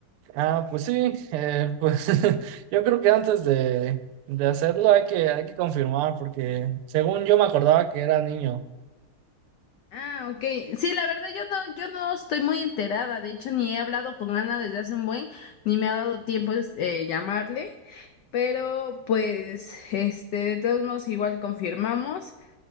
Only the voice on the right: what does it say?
Ah, pues sí, eh, pues <laughs> yo creo que antes de, de hacerlo hay que, hay que confirmar, porque según yo me acordaba que era niño.